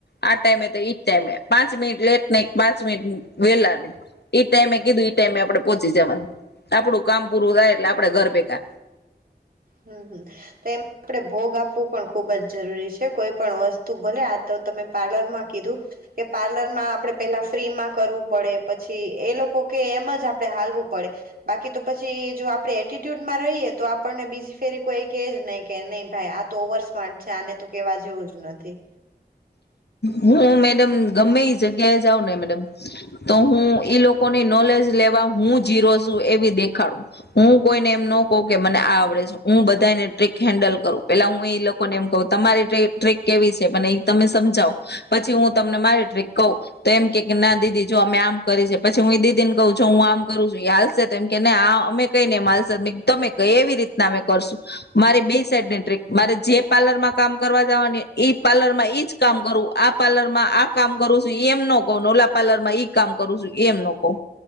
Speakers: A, on the left; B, on the right.
A: આ ટાઈમે તો એઈજ ટાઈમે પાંચ મિનિટ લેટ નહી પાંચ મિનિટ વેલા નહી એઈ ટાઈમે કીધું ટાઈમે આપડે પોહોંચી જવાનું આપડું કામ પૂરું થાય એટલે આપડે ઘર ભેગા
B: હમ તો એ આપણેે ભોગ આપવું પણ ખુબ જ જરૂરી છે કોઈ પણ વસ્તુ આ તો તમે પાર્લર માં કીધું કે પાર્લર માં આપે પેલા ફ્રીમાં કરવું પડે પછી એ લોકો કે એમ જ આપણે હાલવું પડે બાકી તો પછી જો આપડણે એટટ્યુડમાં રહીએ તો આપણને બીજી ફેરી કોઈ કેજ નહી કે નહી ભાઈ આ તો ઓવર સ્માર્ટ છે આને તો કેવા જેવું જ નથીથી.
A: હું મેડમ ગમે એ જગ્યાએ જાઉં ને મેડમ તો હું ઈ લોકોની નોલેજ લેવા હું જીરો છું એવી દેખાડું હું કોઈને એમ ન કહું કે મને આ આવડે છે હું બધાને ટ્રિક હેન્ડલ કરું પેલા હું લોકોને એમ કહ તમારી ટક કેવી છે એ તમે સમજાવો પછી હું તમને મારી ટ્રીક કહું તો એમ કે ના દીદી જો અમે આમ કરી છે પછી હું એ દીદી ને કહું જો હું આમ કરું છું એ હાલશે તો એમ કેને આ અમે કહી ને એમ હાલશે તમે કહી એવી રીતના અમે કરશું મારી બે સાઈડની ટ્રીક મારે જે પાર્લર માં કામ કરવા જવાની ઈ પાર્લર માં ઈજ કામ કરું આ પાર્લર માં આ કામ કરું છું એમ ન કહ નોલા પાર્લર માં ઈ કામ કરું છું એમ ન કહું